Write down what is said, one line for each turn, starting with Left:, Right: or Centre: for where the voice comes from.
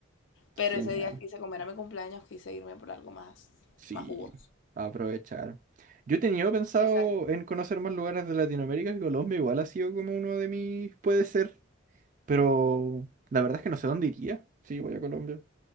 Left: pero
Right: Genial.
Left: ese día quise comer a mi cumpleaños, quise irme por algo más,
Right: Sí,
Left: más jugoso.
Right: a aprovechar. Yo he tenido pensado
Left: Exacto.
Right: en conocer más lugares de Latinoamérica que Colombia igual ha sido como uno de mis, puede ser, pero la verdad es que no sé dónde iría. Sí, voy a Colombia.